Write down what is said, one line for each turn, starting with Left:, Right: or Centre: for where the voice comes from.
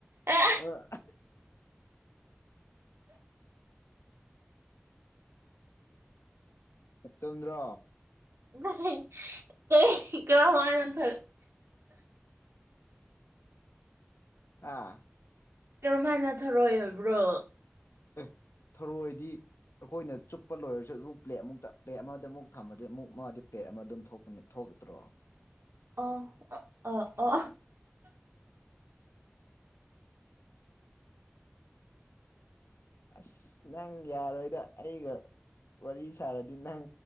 Right: ꯑꯦ
Left: <unintelligible> ꯆꯨꯝꯗ꯭ꯔꯣ
Right: <unintelligible> ꯀꯩꯍꯤ ꯀꯔꯝꯍꯥꯏꯅ ꯊꯔꯤ <unintelligible>
Left: ꯑꯥ
Right: ꯀ꯭ꯔꯝꯍꯥꯏꯅ ꯊꯔꯣꯏ ꯑꯣꯏꯕ꯭ꯔꯣ꯫
Left: ꯑꯦ ꯊꯔꯣꯏꯗꯤ ꯑꯈꯣꯏꯅ ꯆꯨꯞꯄ ꯂꯣꯏꯔꯁꯨ ꯑꯗꯨꯝ ꯄ꯭ꯂꯦꯠ ꯑꯃꯨꯛꯇ ꯄ꯭ꯂꯦꯠ ꯑꯃꯗ ꯑꯃꯨꯛ ꯊꯝꯕꯗ ꯑꯃꯨꯛ ꯃꯥꯗꯤ ꯄ꯭ꯂꯦꯠ ꯑꯃ ꯑꯗꯨꯝ ꯊꯣꯛ ꯊꯣꯛꯇ꯭ꯔꯣ
Right: ꯎꯝ ꯑꯣ ꯑ ꯑꯣ ꯑꯥ
Left: ꯑꯁ ꯅꯪ ꯌꯥꯔꯣꯏꯗ ꯑꯩꯒ ꯋꯥꯔꯤ ꯁꯥꯔꯗꯤ ꯅꯪ